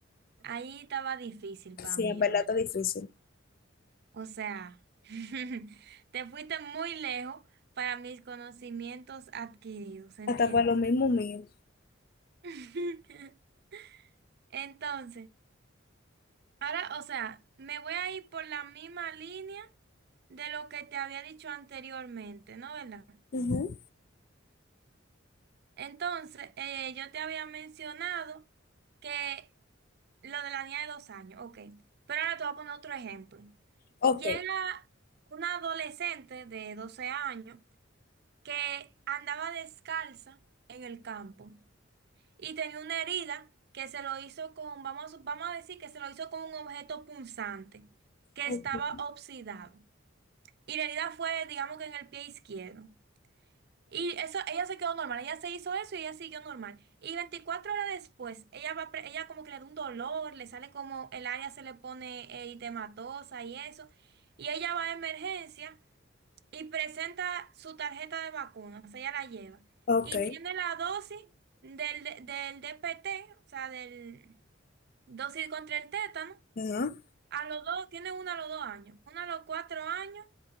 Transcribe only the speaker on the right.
Ahí estaba difícil para
mí,
en verdad.
O sea, <laughs> te fuiste muy lejos para mis conocimientos adquiridos, ¿entiendes?
<laughs> Entonces. Ahora, o sea, me voy a ir por la misma línea de lo que te había dicho anteriormente, ¿no? ¿Verdad?
Entonces, eh, yo te había mencionado que lo de la niña de dos años, ok. Pero ahora te voy a poner otro ejemplo.
Llega una adolescente de 12 años que andaba descalza en el campo. y tenía una herida que se lo hizo con, vamos, vamos a decir que se lo hizo con un objeto punzante que
estaba oxidado. Y la herida fue, digamos que en el pie izquierdo. Y eso, ella se quedó normal, ella se hizo eso y ella siguió normal. Y 24 horas después, ella va, pre- ella como que le da un dolor, le sale como el área se le pone eh, eritematosa y eso. Y ella va a emergencia y presenta su tarjeta de vacuna o sea, ella la lleva,
y tiene la dosis del, del DPT, o sea, del dosis contra el tétano,
a los dos, tiene una a los dos años, una a los cuatro años